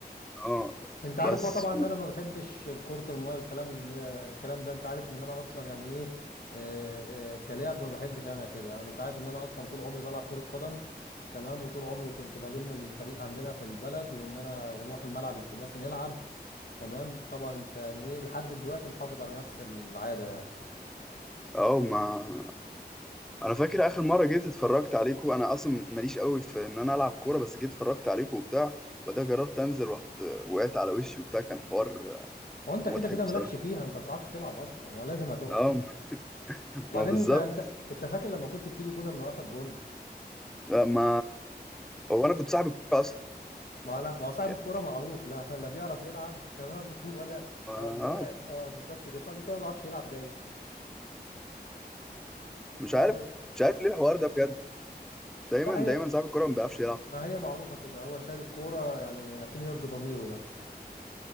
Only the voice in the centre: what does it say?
اه
بس
و-
اه ما انا فاكر اخر مره جيت اتفرجت عليكم انا اصلا ماليش قوي في ان انا العب كوره بس جيت اتفرجت عليكم وبتاع بعدها جربت انزل رحت وقعت على وشي وبتاع كان حوار
مضحك
بصراحه
اه ما
بالظبط
لا، ما هو انا كنت صاحب الكوره اصلا
يعني
اه
مش
عارف
مش عارف ليه الحوار ده بجد دايما
دايما صاحب الكوره ما بيعرفش يلعب